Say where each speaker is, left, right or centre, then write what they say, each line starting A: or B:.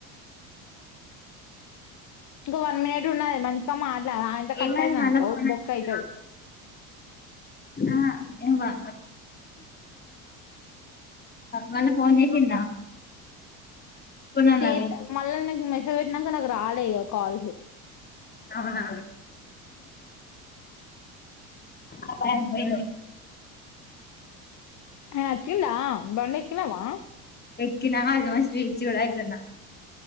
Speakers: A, on the left; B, on the left.
A: ఇగా వన్ మినిట్ ఉన్నది మంచిగా మా <unintelligible> కట్టట్
B: ఏమైంది
A: అయింది అనుకో
B: మళ్ళా ఫోన్
A: బుక్
B: వచ్చిందా
A: అయ్యితది
B: ఆ ఇవా మళ్ళ ఫోన్ చేసిందా కొన్నాన్నావి
A: చేద్ద మళ్ళ నాక్ మెస్ సేజ్ పెట్టినాక నాకు రాలె ఇగా కల్స్
B: అవునా అ భయం పోఇంది
A: ఆ అచ్చిందా బడెక్కి కినవా
B: ఎక్కినా అల్మోస్ట్ రిచ్ కూడా అయితున్నా